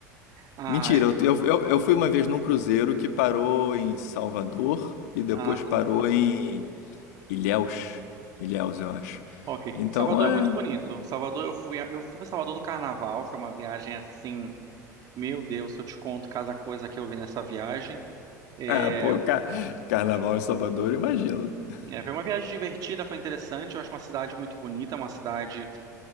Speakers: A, on the right (about 40°); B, on the left (about 60°).
A: Ah,
B: Mentira, eu, eu, eu- eu fui uma vez num cruzeiro que parou em Salvador e depois
A: ah,
B: parou
A: sim.
B: em Ilhéus. Ilhéus, eu acho.
A: Ok.
B: Então
A: Salvador
B: é.
A: é muito bonito. Salvador, eu fui, a- eu fui para Salvador no Carnaval. Foi uma viagem assim, meu Deus, se eu te conto cada coisa que eu vi nessa viagem. É,
B: Ah, pô, ca- carnaval em Salvador, imagino. né?
A: é, foi uma viagem divertida, foi interessante. Eu acho uma cidade muito bonita, uma cidade